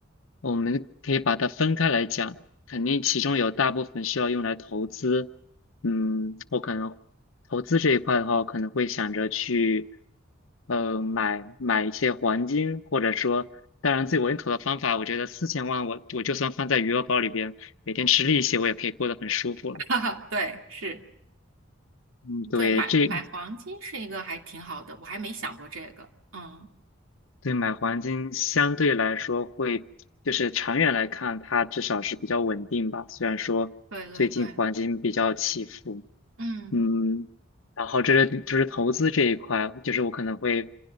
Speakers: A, on the left; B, on the right.
A: 我们可以把它分开来讲，肯定其中有大部分需要用来投资。嗯，我可能投资这一块的话，我可能会想着去，呃，买买一些黄金，或者说，当然最稳妥的方法，我觉得四千万我我就算放在余额宝里边，每天吃利息，我也可以过得很舒服了。
B: <laughs> 哈哈，对，是，
A: 嗯，对，
B: 对，买买黄金是一个还挺好的，
A: 这
B: 我还没想过这个，嗯。
A: 对，买黄金相对来说会，就是长远来看，它至少是比较稳定吧。虽然说最近黄金比较起伏，
B: 对对对，嗯，
A: 嗯，然后这是就是投资这一块，就是我可能会